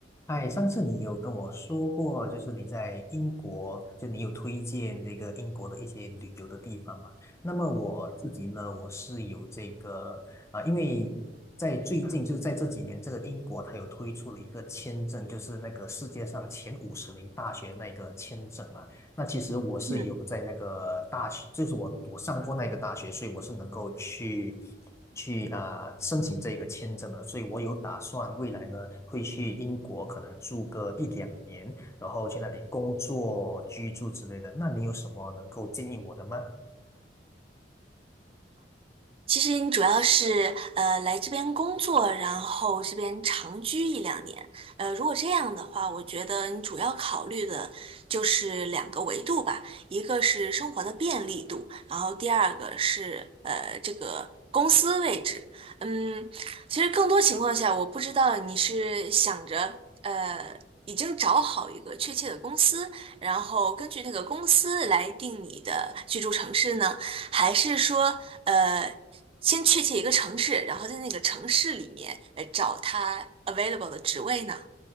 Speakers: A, on the left; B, on the right.
A: 哎，上次你有跟我说过，就是你在英国，就你有推荐这个英国的一些旅游的地方嘛？那么我自己呢，我是有这个啊、呃因为在最近就是在这几年，这个英国它有推出了一个签证，就是那个世界上前五十名大学那个签证嘛。那其实我是有在那个大学，
B: Yeah.
A: 就是我我上过那个大学，所以我是能够去去啊、呃申请这个签证的，所以我有打算未来呢会去英国，可能住个一两年，然后去那里工作、居住之类的。那你有什么能够建议我的吗？
B: 其实你主要是呃来这边工作，然后这边长居一两年。呃，如果这样的话，我觉得你主要考虑的就是两个维度吧，一个是生活的便利度，然后第二个是呃这个公司位置。嗯，其实更多情况下，我不知道你是想着呃。已经找好一个确切的公司，然后根据那个公司来定你的居住城市呢，还是说，呃，先确切一个城市，然后在那个城市里面呃找它 available 的职位呢？